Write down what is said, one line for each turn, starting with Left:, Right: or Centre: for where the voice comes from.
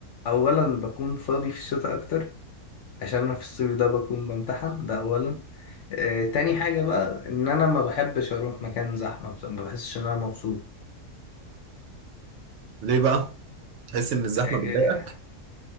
Left: اولا بكون فاضي في الشتاء اكتر عشان انا في الصيف ده بكون بمتحن ده اولا آه تاني حاجه بقى ان انا ما بحبش اروح مكان زحمه بصراحة، ما بحسش ان انا مبسوط
Right: ليه بقى تحس ان الزحمه
Left: آه
Right: بتضايقك